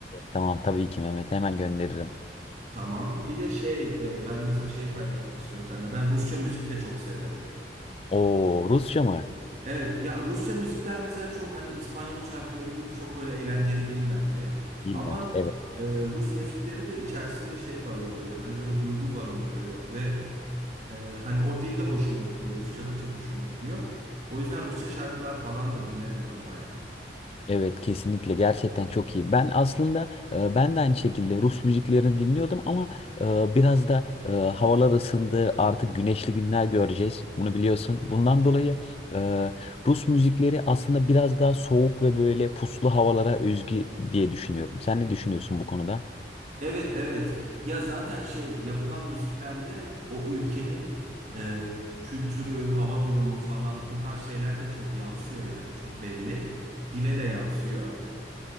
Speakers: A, on the left; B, on the right.
A: Tamam tabii ki Mehmet hemen gönderirim.
B: Tamam. Bir de şey e, ben mesela şeyi paylaşmak istiyorum sende. Ben Rusça müzik de çok severim.
A: O Rusça mı?
B: Evet ya Rusça müzikler mesela çok hani İspanyol şarkıları gibi çok böyle eğlenceli değil bence.
A: İller.
B: Ama
A: Evet.
B: e, Rus müzikleri de içerisinde şey barındırıyor. Hani böyle duygu barındırıyor ve e, hani o dil de hoşuma gidiyor. Rusça da çok hoşuma gidiyor. O yüzden Rusça şarkılar falan da dinlerim ben bayağı.
A: Evet kesinlikle gerçekten çok iyi. Ben aslında e, ben de aynı şekilde Rus müziklerini dinliyordum ama e, biraz da e, havalar ısındı. Artık güneşli günler göreceğiz. Bunu biliyorsun. Bundan dolayı e, Rus müzikleri aslında biraz daha soğuk ve böyle puslu havalara özgü diye düşünüyorum. Sen ne düşünüyorsun bu konuda?
B: Evet evet. Ya zaten şey yapılan müziklerde o ülkenin e, kültürü, hava durumu falan bu tarz şeyler de çok yansıyor yani çok belli. Dile de yansıyor.